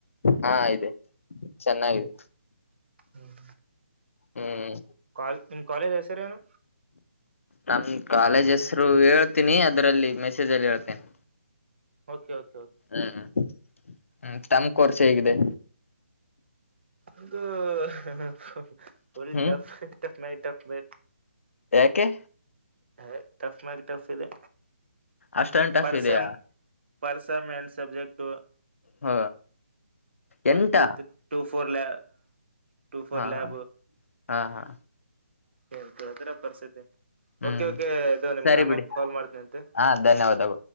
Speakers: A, on the left; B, on the right.
A: ಹಾ ಇದೆ ಚೆನ್ನಾಗಿದೆ
B: ಹ್ಮ್
A: ಹ್ಮ್
B: ಕಾಲ್ ನಿಮ್ ಕಾಲೇಜ್ ಹೆಸರೇನು
A: ನಮ ಕಾಲೇಜ್ ಹೆಸರು ಹೇಳ್ತೀನಿ ಅದ್ರಲ್ಲಿ ಮೆಸೇಜ್ ಅಲ್ಲಿ ಹೇಳ್ತೇನೆಿ
B: ಓಕೆ ಕೆ
A: ಹ್ಮ್್ಮ ತಮಕ್ ವರ್ಷ ಹೇಗಿದೆ
B: ಒಂದ್ ಹ್ಹಹ್ಹಹ್ಹ ಹೊಡಿ
A: ಹ್ಮ್
B: ಟಫ್ ಟಫ್ ನ ಟಫ್ ನೆ.
A: ಯಏಕೆ
B: ಹ ಟಫ್ ಮಾಗ ಟಫ್ ಇದೆ
A: ಅಷ್ಟೊನ್ ಟಫ್
B: ಪರ್ಸಮ
A: ಇದೆಯಾ
B: ಪರ್ಸಮ್ ಎಂಡ್ ಸಬ್ಜೆಕ್ಟು
A: ಹ ಎಂಟ
B: ಒನ್ ಟೂ ತ್ರಿ ಟೂ ಫೋರ್ ಲ ಟೂ ಫೋರ್
A: ಹಾ
B: ಲಯಬ್
A: ಹಾ ಹಾ ಹಾ
B: ಏನ್ ಕೇಳ್ತೀರಾ ಪರಿಸ್ಥಿತಿ
A: ಹ್ಮ್
B: ಓಕೆ ಓಕೆ ಇ ನಿಮ್ಗೆ
A: ಸರಿ
B: ಅಮ
A: ಬಿಡಿ
B: ಕಾಲ್ ಮಾಡ್ತೀನಿ ಅಂತೆ
A: ಹಾ ಧನ್ಯವಾದಗಳು.